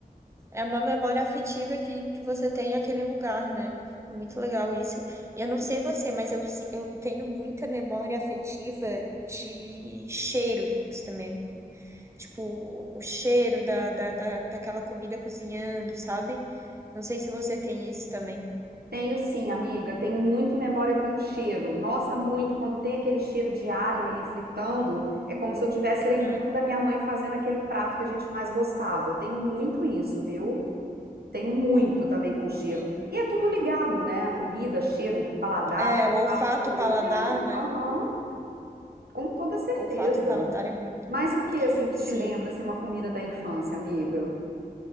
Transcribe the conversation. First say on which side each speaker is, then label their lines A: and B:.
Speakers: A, on the right; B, on the right.
A: é uma memória afetiva que, que você tem naquele lugar, né? É Muito legal isso. Eu não sei você, mas eu, si- eu tenho muita memória afetiva de cheiros também. Tipo, o, o cheiro da, da, da, daquela comida cozinhando, sabe? Não sei se você tem isso também.
B: Tenho sim, amiga, tenho muito memória com cheiro. Nossa, muito. Quando tem aquele cheiro de alho ali fritando, é como se eu estivesse lembrando
A: Hum,
B: da minha mãe fazendo aquele prato que a gente mais gostava. Tenho muito isso, viu? Tenho muito também com cheiro.
A: Sim.
B: E é tudo ligado, né? A comida, cheiro, o paladar,
A: É,
B: o
A: o olfato,
B: prato, tá tudo
A: o paladar,
B: ligado.
A: né?
B: Aham, com toda certeza.
A: Olfato e paladar é muito.
B: Mas o que assim que
A: Sim.
B: te lembra assim uma comida da infância, amiga?